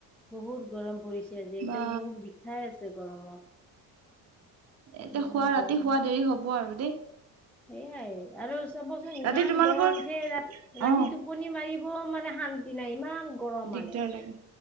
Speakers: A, in the centre; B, on the right (about 45°).
A: বহুত গৰম পৰিছে আজি একদম
B: বা
A: মূৰ বিষাই আছে গৰমত
B: এতিয়া
A: ইমান
B: খুৱ ৰাতি
A: গৰম
B: শুৱা দেৰি হব আৰু দেই।
A: সেইয়াই আৰু চাবচোন ইমান
B: ৰাতি তোমালোকৰ
A: গৰম উঠে ৰাতি ৰাতি
B: অ
A: টোপনি মাৰিব। মানে শান্তি নাই ইমান। গৰম
B: দিগদাৰ
A: মানে
B: লাগে